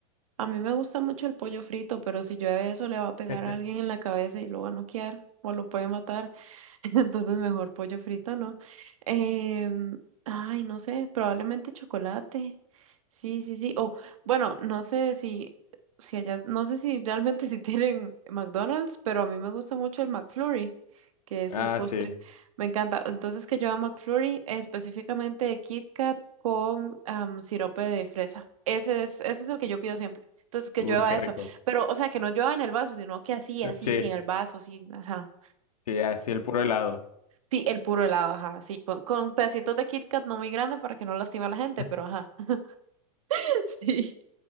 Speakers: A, on the right (about 65°); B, on the left (about 90°).
A: A mí me gusta mucho el pollo frito, pero si llueve eso le va a pegar
B: <laughs>
A: a alguien en la cabeza y lo va a noquear o lo puede matar. <laughs> Entonces mejor pollo frito, ¿no? Em, ay, no sé, probablemente chocolate. Sí, sí, sí. O bueno, no sé si, si allá, no sé si realmente <laughs> si tienen McDonald's, pero a mí me gusta mucho el McFlurry, que es
B: Ah,
A: el postre.
B: sí.
A: Me encanta. Entonces que yo a McFlurry eh, específicamente de Kit Kat con am, sirope de fresa. Ese es, ese es el que yo pido siempre. Entonces que
B: Uy,
A: llueva
B: qué
A: eso.
B: rico.
A: Pero, o sea, que no llueva en el vaso, sino que así, así,
B: Sí,
A: sin el vaso, sin, ajá.
B: sí, así el puro helado.
A: Sí, el puro helado, ajá, sí, con, con pedacitos de Kit Kat no muy grande para que no lastime a la gente,
B: <laughs>
A: pero ajá. <laughs> Sí.